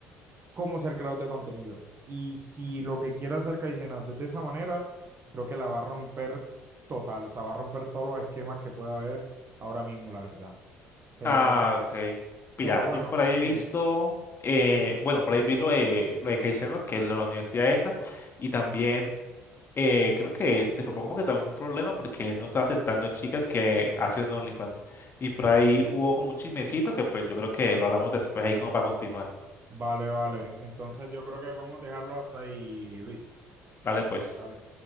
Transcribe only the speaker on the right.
cómo ser creador de contenido. Y si lo que quiere hacer Caicenas es de esa manera, creo que la va a romper total, o sea, va a romper todos los esquemas que pueda haber ahora mismo, la verdad. Pero,
pero bueno,
dime.
Ok.
Vale, vale. Entonces yo creo que podemos dejarlo hasta ahí, Luis.
Vale.